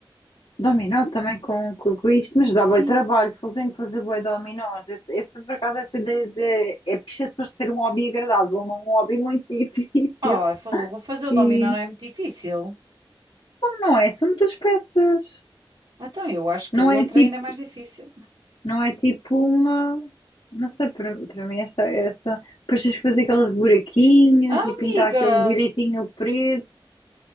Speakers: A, on the left (about 75°); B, on the right (about 70°).
A: Dominó também com, com, com isto, mas dá
B: Sim.
A: boi trabalho, fogo tenho que fazer boi dominós. Esse, esse, por acaso, essa ideia de. É porque isto é suposto ser um hobby agradável, não um hobby muito <laughs> difícil.
B: Ah, falou, vou fazer o
A: E
B: dominó não é muito difícil.
A: não é, são muitas peças.
B: Então, eu acho que
A: Não
B: a outra
A: é tipo,
B: ainda é mais difícil.
A: não é tipo uma. Não sei, para, para mim, essa, essa. Depois tens que fazer aqueles buraquinhos
B: Ah,
A: e pintar
B: amiga!
A: aquele direitinho preto.